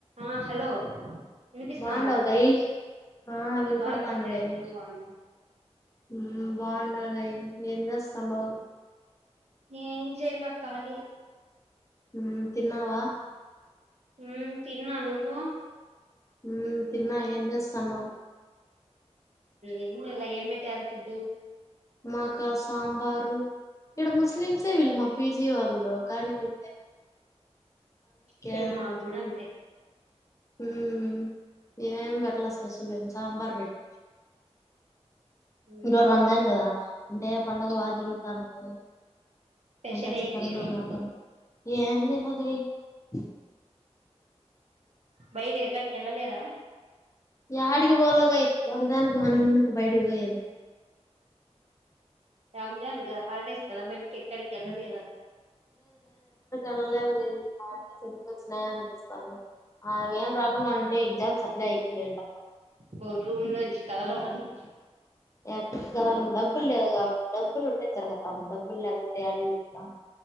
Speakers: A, on the right; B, on the left.
A: ఆ హలో వినిపిస్తాందా
B: బాగుండవు
A: అప్రె
B: గయి ఆ వినపడతాంది
A: బాన్న ఫ్రెండ్స్
B: గయి
A: నువ్ బాన్న
B: మ్మ్ బాన్న లే ఏం చేస్తన్నావ్
A: ఏం చేయలే కాళీ
B: మ్మ్ తిన్నావా
A: మ్మ్ తిన్నా నువ్వు
B: మ్మ్ తిన్నా ఏం చేస్తన్నావ్
A: ఏం చేయలే ఏం పెట్టారు ఫుడ్డు
B: మాకా సాంబారు ఇడ ముస్లిమ్సే వీళ్ళు మా పీజీ వాళ్ళు కానీ <inaudible>
A: హే
B: ఏం
A: మాగ్గూడ
B: పెట్లా
A: అంతే
B: మ్మ్ ఏం పెట్టలే స్పెషల్ ఏం సాంబార్ పెట్
A: మ్మ్
B: ఈరోజు రంజాన్ కదా అంటే పండగ బాగా జరుగుతాంది
A: స్పెషల్
B: అంత చికెన్లు,
A: ఏంది ఈ రోజు
B: మటన్ ఏం తినలే అ
A: బయట ఎక్కడికెళ్ళలేరా
B: యాటికి పోలేదు ఏయ్ <unintelligible> మనం ఎందుకు బయటికి పోయేది
A: రంజాన్గా పాటిస్తారా బయటికి ఎక్కడికి ఎల్లలేదా
B: పోలే అండి ఆటికి ఒచ్చిన, ఈటికొచ్చినగానే అనిపిస్తంది అ ఏం రాకుండా అంటే ఎగ్జామ్ సెటిల్ అయిపోయింది అంట
A: నువ్ రూమ్ లో నుంచి కదలవా నువ్
B: ఏం తీసుకోవాలో డబ్బులు లేవు డబ్బులు ఉంటే తిరుగుతాం. డబ్బులు లేకపోతే యాడికి తిరుగుతాం